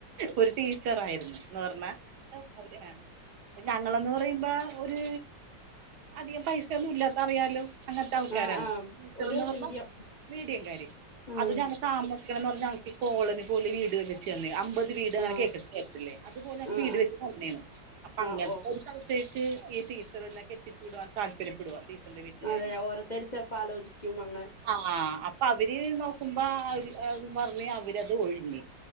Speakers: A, on the right (about 65°); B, on the left (about 35°).
A: ഒരു ടീച്ചറായിര്ന്ന് ന്ന് പർഞ്ഞാ. ഞങ്ങളന്ന് പറയുമ്പോ ഒരു അധികം പൈസ ഒന്നും ഇല്ലാത്ത അറിയാലോ അങ്ങനത്തെ ആൾക്കാരാണ്
B: ആഹ് ആഹ്
A: ടീച്ചർന്ന്
B: ഒരു
A: പറഞ്ഞ
B: മീഡിയം
A: മീഡിയംകാര്
B: ഉം
A: അത് ഞ താമസിക്കണംന്ന് പറഞ്ഞാ ഞങ്ങക്ക് കോളനി പോലെ വീട് ച്ചെന്ന് അമ്പത് വീട് അങ്ങന
B: ആഹ്
A: കേട്ടിട്ടില്ലേ അതുപോലെ ഞങ്ങക്ക്
B: ആഹ്
A: വീട്
B: ആഹ്
A: വെച്ച് തന്നെണ് അപ്പൊ അങ്ങൻത്തെ
B: ആഹ് ഓ
A: ഒരു സ്ഥല ത്തേക്ക് ടീച്ചറിന്നെ കെട്ടിച് വിടുവാൻ താല്പര്യപ്പെടുവാ. ടീച്ചറിന്റെ വീട്ടുകാര്
B: അതെ ഓരോത്തർ ചെപ്പോ ആലോചിക്കും അങ്ങനെ
A: ആഹ് അപ്പൊ അവര് നോക്കുമ്പോ അവര് പറഞ്ഞ് അവരത് ഒഴിഞ്ഞ്.